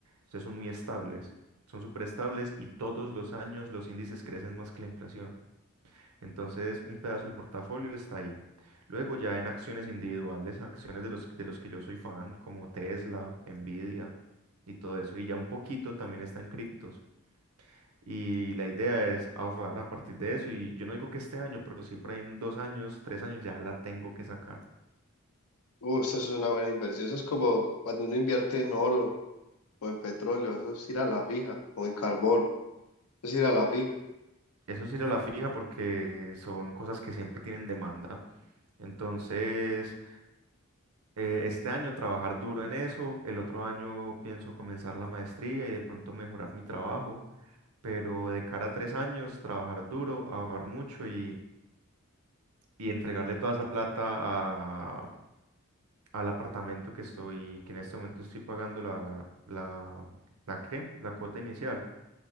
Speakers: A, on the right (about 85°); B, on the left (about 85°).
A: Entonces son muy estables, son súper estables y todos los años los índices crecen más que la inflación. Entonces un pedazo del portafolio está ahí. Luego ya en acciones individuales, acciones de los, de los que yo soy fan, como Tesla, Nvidia y todo eso. Y ya un poquito también está en criptos. Y la idea es ahorrar a partir de eso. Y yo no digo que este año, pero sí por ahí en dos años, tres años ya la tengo que sacar.
B: Uh, eso es una buena inversión. Eso es como cuando uno invierte en oro o en petróleo, eso es ir a la fija, o en carbón, eso es ir a la fija.
A: Eso sí era la fija porque son cosas que siempre tienen demanda. Entonces, eh, este año trabajar duro en eso. El otro año pienso comenzar la maestría y de pronto mejorar mi trabajo. Pero de cara a tres años, trabajar duro, ahorrar mucho y, y entregarle toda esa plata al apartamento que estoy, que en este momento estoy pagando la, la, la qué, la cuota inicial.